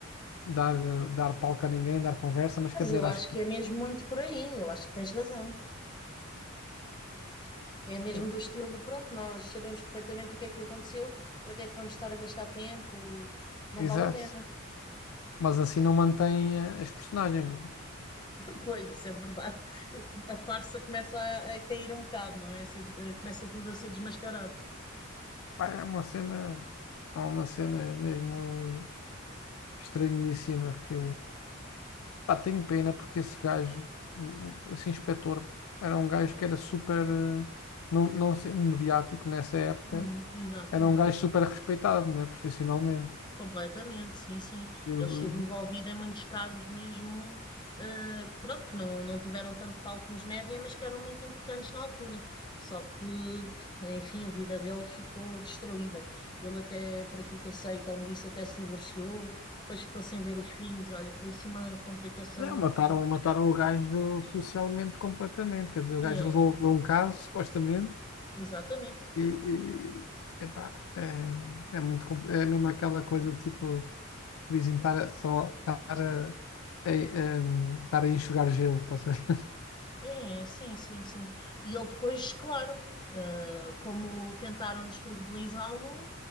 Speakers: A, on the left (about 85°); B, on the left (about 20°).
A: dar, eh, dar palco a ninguém, dar conversa, mas
B: Mas
A: quer dizer,
B: eu acho
A: acho que.
B: que é mesmo muito por aí, eu acho que tens razão. É mesmo
A: eu-
B: do estilo, pronto, nós sabemos perfeitamente o que é que lhe aconteceu, para que é que vamos estar a gastar tempo? Não
A: Exato.
B: vale a pena.
A: Mas assim não mantém eh, as personagens, né?
B: <laughs> Pois, isso é verdade. A farsa começa a, a cair um bocado, não é? Se- eh, Começa tudo a ser desmascarado.
A: Pá, é uma cena, é uma cena mesmo estranhíssima que. Pá, tenho pena porque esse gajo, o- o- esse inspetor, era um gajo que era super, eh, não, não sendo mediático nessa época,
B: Uhum, exato.
A: era um gajo super respeitado, né, profissionalmente.
B: Completamente, sim, sim.
A: Ele,
B: Ele esteve envolvido em muitos casos mesmo, eh, pronto, que não, não tiveram tanto palco nos média, mas que eram muito importantes na altura. Só que, enfim, a vida dele ficou destruída. Ele até, por aquilo que eu sei, que ele me disse, até se divorciou, depois ficou sem ver os filhos. Olha, foi assim uma complicação.
A: é, mataram, mataram o gajo socialmente completamente. Quer dizer, o
B: É,
A: gajo resolveu um caso, supostamente,
B: exatamente.
A: e, e- epá, é, é muito, compl- é mesmo aquela coisa de tipo, dizem estar a, só- estar a, a, em- em- estar a enxugar gelo, estás a ver?
B: É, é, sim, sim, sim. E ele depois, claro, ah, como tentaram descredibilizá-lo,